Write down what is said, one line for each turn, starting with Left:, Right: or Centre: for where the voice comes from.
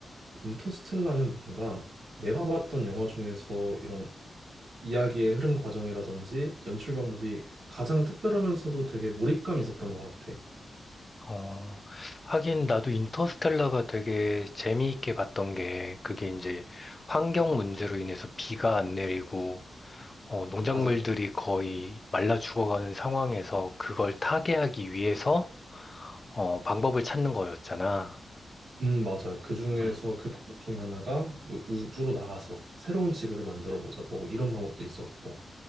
Right: 인터스텔라는 뭔가 내가 봤던 영화 중에서 이런 이야기의 흐름 과정이라든지 연출 방법이 가장 특별하면서도 되게 몰입감이 있었던 것 같아.
Left: 어, 하긴 나도 인터스텔라가 되게 재미있게 봤던 게 그게 이제 환경 문제로 인해서 비가 안 내리고 어, 농작물들이
Right: 맞아
Left: 거의 말라 죽어가는 상황에서 그걸 타개하기 위해서 어, 방법을 찾는 거였잖아.
Right: 음, 맞아. 그 중에서
Left: 음,
Right: 그 방법 중에 하나가 우- 우주로 나가서 새로운 지구를 만들어 보자. 뭐 이런 방법도 있었고.